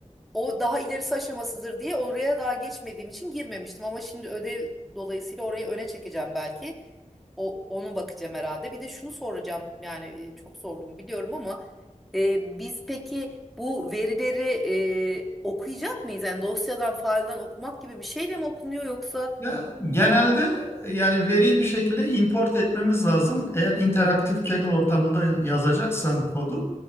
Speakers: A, in the centre; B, on the left (about 20°).
A: O daha ilerisi aşamasıdır diye oraya daha geçmediğim için girmemiştim ama şimdi ödev dolayısıyla orayı öne çekeceğim belki. O, onu bakacağım herhalde. Bir de şunu soracağım. Yani e, çok sordum biliyorum ama e, biz peki bu verileri e, okuyacak mıyız? Yani dosyadan, failden okumak gibi bir şeyle mi okunuyor yoksa
B: Ya, genelde
A: hani pa-
B: yani veriyi bir şekilde import etmemiz lazım. Eğer interaktif Kaggle ortamında yazacaksan kodu